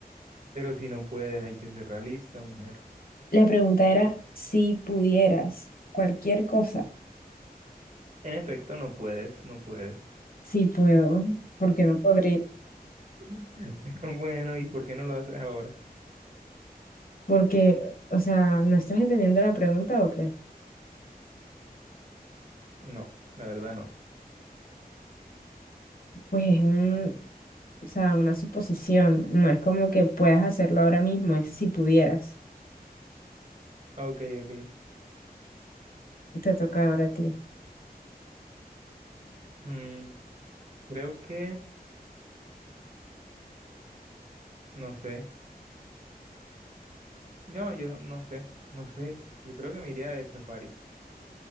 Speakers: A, on the right (about 50°); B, on the left (about 60°).
A: Pero si no puedes, hay que ser realista, mujer.
B: La pregunta era si pudieras cualquier cosa.
A: En efecto, no puedes, no puedes.
B: Si puedo, porque no podría.
A: <laughs> Bueno, ¿y por qué no lo haces ahora?
B: Porque, o sea, ¿no estás entendiendo la pregunta o qué?
A: No, la verdad no.
B: Pues es un, O sea, una suposición. No es como que puedas hacerlo ahora mismo, es si pudieras.
A: Ok, ok.
B: Te toca ahora a ti.
A: Mm, creo que, no sé. No, yo no sé, no sé. Yo creo que me iría de safari.